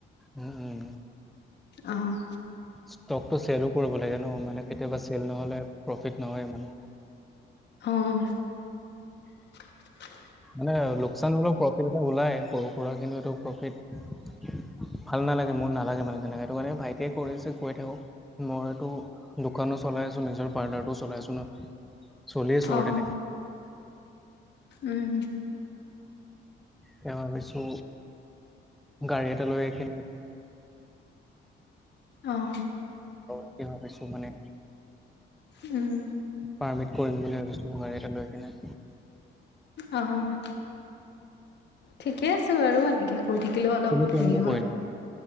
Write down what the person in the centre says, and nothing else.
উম- উম
ষ্টকটো চেলো কৰিব লাগে ন' মানে। কেতিয়াবা চেল নহলে প্ৰফিট নহয় ইমান।
মানে লোকচান হ'লেও প্ৰফিট এটা ওলাই সৰু সুৰা কিন্তু এইটো প্ৰফিট। ভাল নালাগে মোৰ নালাগে মানে তেনেকাে এইটো কাৰণে ভাইটিয়ে কৰি আছে কৈ থাকক মইতটো দোকানত। চলাই আছো নিজৰ পাৰ্লাৰটো চলাই আছোন চলি আছো
আৰু তেনেকে।
তেওঁ ভাবিছো গাড়ী এটা লৈ কেনে।
<inaudible> কে ভাবিছো মানে
পাৰ্মিট কৰিম বুলি ভাবিছো <unintelligible> এ লৈ কেনে
তুমি কিহলৈকে
পঢ়িলা?